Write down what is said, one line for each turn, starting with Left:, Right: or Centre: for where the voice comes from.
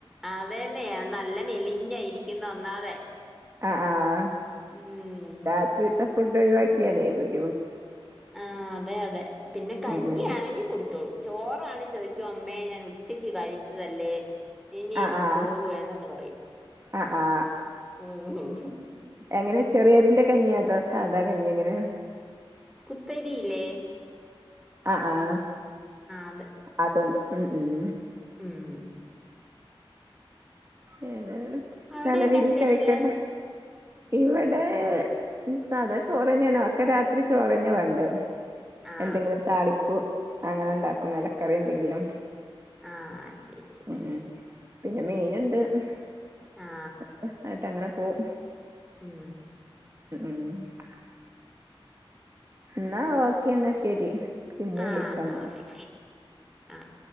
Centre: അതന്നെയ നല്ല മെലിഞ്ഞായിരിക്ക ഇുന്നു ഒന്നാതെ
Right: ആ ആഹ്
Centre: ഉം
Right: രാത്രിത്തെ ഫുഡ് കേറിയേ <unintelligible>
Centre: ആ അതെ അതെ പിന്നെ കഞ്ഞിയാണെങ്കി
Right: ഉം ഉം
Centre: കുടിച്ചോളും ചോറാണ് ചോദിക്കും അമ്മേ ഞാൻ ഉച്ചയ്ക്ക് കഴിച്ചതല്ലേ ഇനി
Right: ആ
Centre: എനിക്ക്
Right: ആ
Centre: ചോറ് വേണ്ടെന്ന് പറയും
Right: ആ ആ
Centre: ഉം
Right: എങ്ങനെ ചെറിയരിന്റെ കഞ്ഞിയ സാധാ കഞ്ഞി എങ്ങിന്യ
Centre: കുത്തരില്ലേ
Right: ആ ആ്
Centre: അത്
Right: അതൊണ്ട് ഉം ഉം
Centre: ഉം
Right: ഉം <unintelligible>
Centre: അവിടെ
Right: നല്ല
Centre: എന്നാ
Right: രീതിൽ
Centre: സ്പെഷ്യല്
Right: കഴിക്കട്ടെ ഇവിടെ സാധാ ചോറന്നെയണ ഒക്കെ രാത്രി ചോറന്നെ വേണ്ടേ
Centre: ആ
Right: എന്തെങ്കിലെ താളിപ്പ് അങ്ങനെ ഉണ്ടാക്കും എലക്കറി എന്തെങ്കിലും
Centre: ആഹ ശരി ശരി
Right: ഉം ഉം പിന്നെ മീന്ണ്ട് <unintelligible>
Centre: ആ
Right: <unintelligible> അങ്ങനെ <unintelligible>
Centre: ഉം
Right: ഉം <unintelligible> എന്നാ ഓക്കേ എന്നാ ശരി പിന്നെ
Centre: ആഹ
Right: വിളിക്കന്ന
Centre: എന്നാ ഓക്കെ ആഹ്